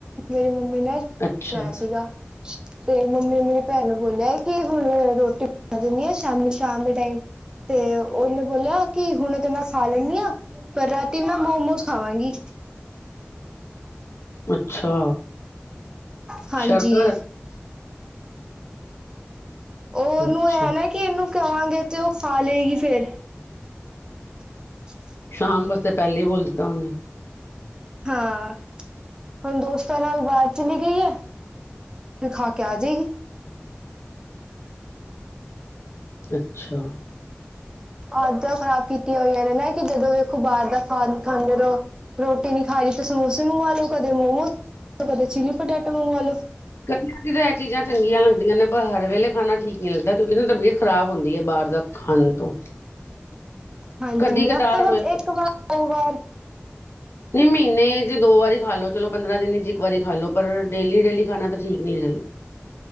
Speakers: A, on the right; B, on the left.
A: ਮੇਰੀ ਮੰਮੀ ਨੇ ਆੱਜ
B: ਅੱਛਾ
A: ਬਨਾਇਆ
B: ਅੱਛਾ
A: ਸੀਗਾ। ਤੇ ਮੰਮੀ ਨੇ ਮੇਰੀ ਭੈਣ ਨੂੰ ਬੋਲਿਆ ਕਿ ਹੁਣ ਰੋਟੀ ਬਣਾ ਦਿੰਦੀ ਆ ਸ਼ਾਮੀ ਸ਼ਾਮ ਦੇ ਟਾਈਮ ਤੇ ਓਨੇ ਬੋਲਿਆ ਕਿ ਹੁਨ ਤੇ ਮੈਂ ਖਾ ਲੈਨੀ ਆ ਪਰ ਰਾਤੀ ਮੈਂ ਮੋਮੋਸ ਖਾਵਾਂਗੀ।
B: ਅੱਛਾ।
A: ਹਾਂਜੀ।
B: ਸ਼ਰਤਾਂ ਰੱਖ
A: ਓ ਓਨੂੰ
B: ਅੱਛਾ
A: ਐ ਐਨਾ ਕਿ ਐਨੂੰ ਕਵਾਂਗੇ ਤੇ ਓ ਖਾਲੇਗੀ ਫੇਰ। <inaudible>
B: ਸ਼ਾਮ ਵਾਸਤੇ ਪੈਲੇ ਈ ਬੋਲ ਦਿੱਤਾ ਓਨੇ।
A: ਹਾਂ, ਹੁਨ ਦੋਸਤਾਂ ਨਾਲ ਬਾਰ ਚਲੀ ਗਈ ਐ। ਖਾ ਕੇ ਆ ਜੇਗੀ।
B: ਅੱਛਾ।
A: ਆਦਤਾਂ ਖ਼ਰਾਬ ਕੀਤੀਆਂ ਹੋਈਆਂ ਨੇ ਨਾ ਕਿ ਜਦੋਂ ਵੇਖੋ ਬਾਰ ਦਾ ਖਾਦ ਖਾਂਦੇ ਰੋ। ਰੋਟੀ ਨੀ ਖਾ ਲਈ ਤੇ ਸਮੋਸੇ ਮੰਗਵਾ ਲੋ, ਕਦੇ ਮੋਮੋਸ, ਕਦੇ ਚਿੱਲੀ ਪਟੈਟੋ ਮੰਗਵਾ ਲੋ।
B: ਕਦੀ ਕਦੀ ਤਾਂ ਐਚੀਜ਼ਾਂ ਚੰਗੀਆਂ ਲੱਗਦੀਆਂ ਨੇ ਪਰ ਹਰ ਵੇਲੇ ਖਾਨਾ ਠੀਕ ਨੀ ਲਗਦਾ ਕਿਉਂਕਿ ਨਾ ਤਬੀਅਤ਼ ਖਰਾਬ ਹੁੰਦੀ ਐ ਬਾਰ ਦਾ ਖਾਣ ਤੋਂ
A: ਹਾਂਜੀ
B: ਕਦੀ ਕਦਾਰ
A: ਹਫ਼ਤੇ ਵਿੱਚ
B: ਹੋਇਆ
A: ਇੱਕ ਵਾਰ ਦੋ ਵਾਰ
B: ਨਈ ਮਹੀਨੇ 'ਚ ਦੋ ਵਾਰੀ ਖਾ ਲਓ ਚਲੋ ਪੰਦਰਾਂ ਦਿਨ 'ਚ ਇੱਕ ਵਾਰੀ ਖਾ ਲਓ ਪਰ ਡੇਲੀ- ਡੇਲੀ ਖਾਣਾ ਤਾਂ ਠੀਕ ਨਈ ਹੈ।